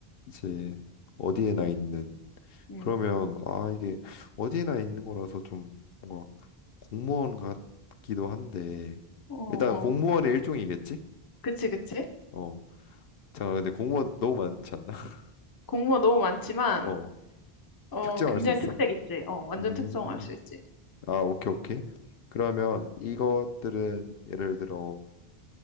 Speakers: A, on the left; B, on the left.
A: 이제 어디에나 있는.
B: 음,
A: 그러면 아 이게 어디에나 있는 거라서 좀 뭔가 공무원 같기도 한데
B: 어,
A: 일단
B: 어.
A: 공무원의 일종이겠지?
B: 그치, 그치.
A: 어, 잠깐 근데 공무원 너무 많지 않나? <laughs>
B: 공무원 너무 많지만,
A: 어,
B: 어,
A: 특정할
B: 굉장히
A: 수 있어?
B: 특색 있지. 어, 완전
A: 음,
B: 특성화할 수 있지.
A: 아 오케이 오케이. 그러면 이것들은 예를 들어